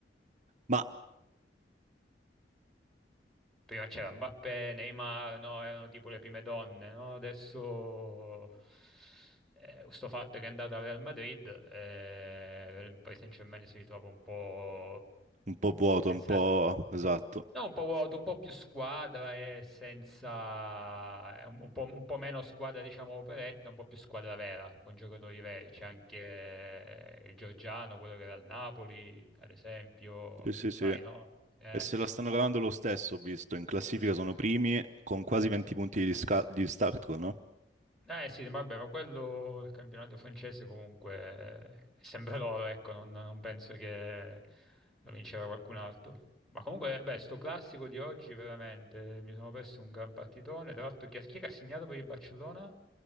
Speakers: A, on the right (about 45°); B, in the centre.
A: ma
B: Prima c'era Mbappé, Neymar, no? Erano tipo le prime donne, no? Adesso eh, sto fatto che è andato al Real Madrid, eh, il Paris Saint-Germain si ritrova un po'
A: un po' vuoto,
B: senza...
A: un po' esatto.
B: No, un po' vuoto, un po' più squadra e senza... è un, un po', un po' meno squadra, diciamo, operetta, un po' più squadra vera, con giocatori veri. C'è anche eh, il Giorgiano, quello che era al Napoli, ad esempio,
A: Sì, sì,
B: sai,
A: sì.
B: no? Eh.
A: E se la stanno cavando lo stesso, ho visto, in classifica sono primi con quasi 20 punti di, disca- di distacco, no?
B: Eh sì, vabbè, ma quello, il campionato francese comunque, eh, sempre loro, ecco, non, non penso che lo vinceva qualcun altro. Ma comunque, beh, sto classico di oggi veramente, mi sono perso un gran partitone, tra l'altro chi, chi è che ha segnato per il Barcellona?